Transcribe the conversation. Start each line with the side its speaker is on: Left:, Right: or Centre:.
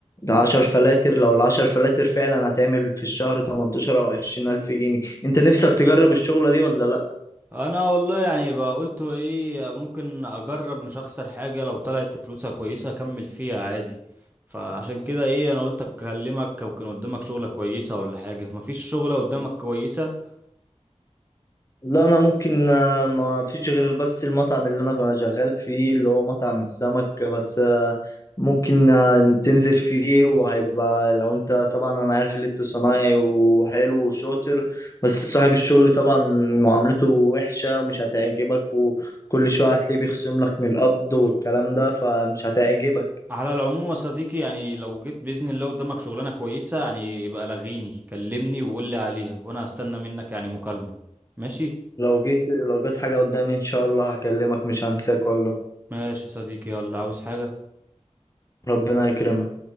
Left: عشر فلاتر لو العشر فلاتر فعلا هتعمل في الشهر 18 أو 20 ألف جنيه أنت نفسك تجرب الشغلة دي ولا لأ؟
Right: انا والله يعني بقى قلت ايه ممكن اجرب مش اخسر حاجه لو طلعت فلوسها كويسه اكمل فيها عادي فعشان كده ايه انا قلت اكلمك او كان قدامك شغله كويسه ولا حاجه مفيش شغله قدامك كويسه
Left: لا انا ممكن آه، ما فيش غير بس المطعم اللي انا كنت شغال فيه اللي هو مطعم السمك بس آه، ممكن آه، تنزل فيه وهيبقى لو انت طبعا انا عارف اللي انت صنايعي وحلو وشاطر بس صاحب الشغل طبعا معاملته وحشة ومش هتعجبك وكل شوية هتلاقيه بيخصم لك من القبض والكلام ده فمش هتعجبك
Right: على العموم يا صديقي يعني لو جيت باذن الله قدامك شغلانه كويسه يعني يبقى لغيني كلمني وقول لي عليها وانا هستنى منك يعني مكالمه ماشي
Left: لو جيت لو جيت حاجة قدامي ان شاء الله هكلمك مش هنساك والله
Right: ماشي يا صديقي يلا عاوز حاجه
Left: ربنا يكرمك